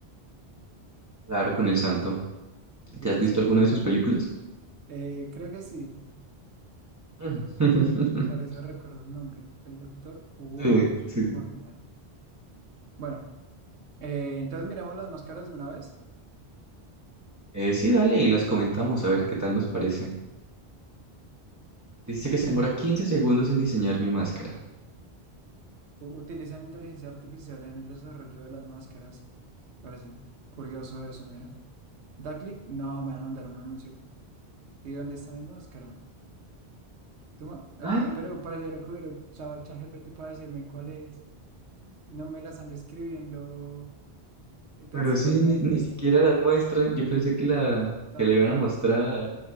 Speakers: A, on the right (about 20°); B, on the right (about 85°).
A: Claro, con el santo.
B: si
A: ¿Te
B: el
A: has visto
B: santo.
A: alguna de sus películas?
B: Eh, creo que sí.
A: Mm.
B: Por
A: <laughs>
B: eso recuerdo el nombre, el doctor Wagner.
A: Sí, sí, sí.
B: Bueno, eh, entonces miramos las máscaras de una vez.
A: Eh, sí, dale y las comentamos a ver qué tal nos parecen. Dice que se demora 15 segundos en diseñar mi máscara.
B: U- utilizan inteligencia artificial en el desarrollo de las máscaras. Parece curioso eso, mira. Da clic, no, me van a mandar un anuncio. ¿Y dónde está mi máscara? Tú ma- Ah,
A: Ay,
B: pero pareciera que hubiera usado ChatGPT para decirme cuál es. No me la están describiendo eh, textualmente.
A: pero sí, ni, ni siquiera las muestran. Yo pensé que la,
B: También.
A: que la iban a mostrar.